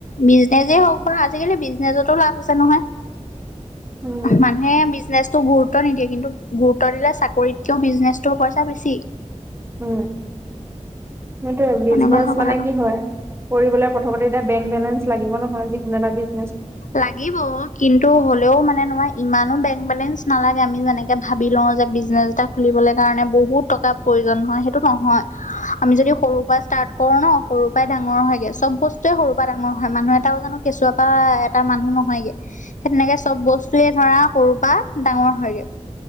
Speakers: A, on the left (about 85°); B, on the right (about 20°).
A: বিজনেজেই হওক বা আজিকালি বিজনেজতো লাভ আছে নহয়।
B: উম
A: মানুহে বিজনেচটো গুৰুত্ব নিদিয়ে, কিন্তু গুৰুত্ব দিলে চাক কৰিতকৈ বিজনেছটো পইচা বেছি।
B: উ। সেইটোয়ে
A: সেনেকুৱা
B: বিজনেজ
A: হয়
B: মানে
A: কথাটো।
B: কি হয়। কৰিবলৈ প্ৰথমতে এতিয়া বেংক বেলেঞ্চ লাগিব নহয়। যি কোনো এটা বিজ
A: লাগিব। কিন্তু হ'লেও মানে নহয় ইমানো বেংক বেলেঞ্চ নালাগে আমি যেনেকে ভাবি লও যে বিজনেচ এটা খুলিবলে কাৰণে বহুত টকা প্ৰয়োজন হয়, সেইটো নহয়। আমি যদি সৰুৰ পৰা ষ্টাৰ্ট কৰো ন সৰুৰ পৰাই ডাঙৰ হয়গে, চব বস্তুৱয়ে সৰু ডাঙৰ হয় মানুহ এটাও জানো কেঁচুৱা এটা মানুহ নহয়গে, সেই তেনেকে চব বস্তুৱয়ে ধৰা সৰু পৰা ডাঙৰ হয়গৈ,